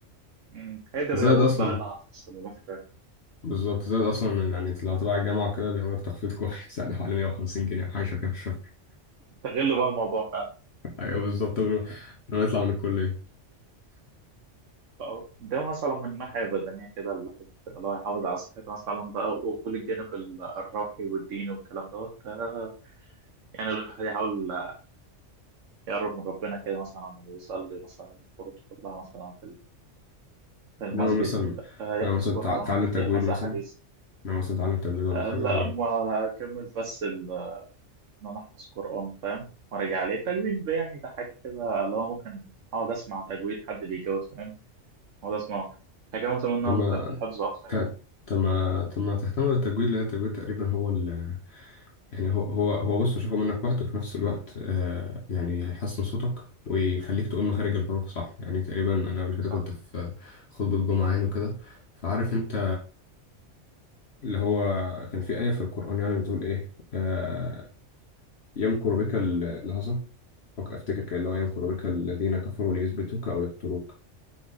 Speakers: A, on the right; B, on the left.
A: أمم، هي دي
B: زائد
A: الرياضات
B: أصلا
A: بقى اللي هتفصل الواحد فعلا
B: بالظبط زائد أصلا يعني لو تبع الجامعة وكده بيعملوا لك تخفيض كويس <laughs> يعني حوالي 150 جنيه أو حاجة شبه كده في الشهر
A: استغل بقى الموضوع فعلا
B: أيوه بالظبط قبل ما قبل ما نطلع من الكلية
A: اه ده مثلا من الناحية البدنية كده الواحد الله يحافظ على صحته مثلا بقى وقول الجانب ال- الروحي والديني والكلام دوت آه، يعني الواحد يحاول يقرب من ربنا كده مثلا ويصلي مثلا الفروض كلها مثلا المسجد
B: إنما مثلا
A: آه، يحفظ
B: إنما مثلا تع-
A: قرآن
B: تعلم تجويد
A: يحفظ
B: مثلا
A: أحاديث
B: إنما مثلا تعلم تجويد ولا
A: آه،
B: حاجة
A: لا
B: ولا
A: ما أكمل بس ال- إن أنا أحفظ قرآن فاهم وأرجع عليه التجويد ده يعني ده حاجة كده اللي هو ممكن أقعد أسمع تجويد حد بيجوز فاهم أقعد أسمع حاجة متمنة
B: طب ما
A: بالح- بالحفظ أكتر
B: ت-
A: يعني
B: طب ما طب ما تهتم بالتجويد لأن التجويد تقريبا هو ال يعني هو هو هو بص مش هياخد منك وقت وفي نفس الوقت آه يعني هيحسن صوتك ويخليك تقول مخارج الحروف صح يعني تقريبا انا قبل كده
A: صح
B: كنت في خطبة جمعة يعني وكده فعارف انت اللي هو كان في آية في القرآن يعني بتقول ايه آه يمكر بك ال- لحظة أفكر- افتكر كده اللي هو يمكر بك الذين كفروا ليثبتوك او يقتلوك